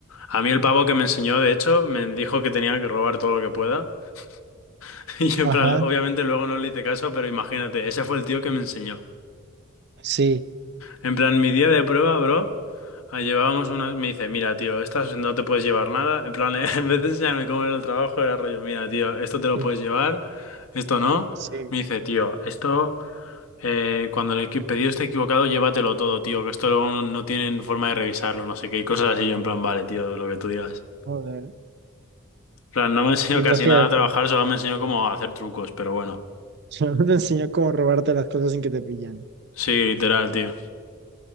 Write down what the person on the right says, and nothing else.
Ajá,
sí,
sí,
sí,
joder.
Y
tú hacías,
<laughs>
solo te enseñó cómo robarte las cosas sin que te pillan.